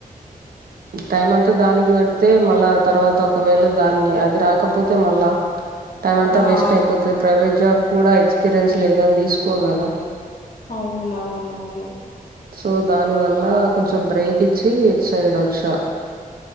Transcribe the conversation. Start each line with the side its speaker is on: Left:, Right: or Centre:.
Right: టైం అంతా దానికి పెడితే మళ్ళా తర్వాత ఒకవేళ దాన్ని అది రాకపోతే మళ్ళా టైం అంతా
Left: ఆ
Right: వేస్ట్ అయిపోతది ప్రైవేట్ జాబ్ కూడా ఎక్స్పీరియన్స్ లేదని తీసుకోరు గదా
Left: అవునవును అవును
Right: సో దాని వల్ల కొంచెం బ్రేక్ ఇచ్చి ఇట్‌సైడ్ వచ్చా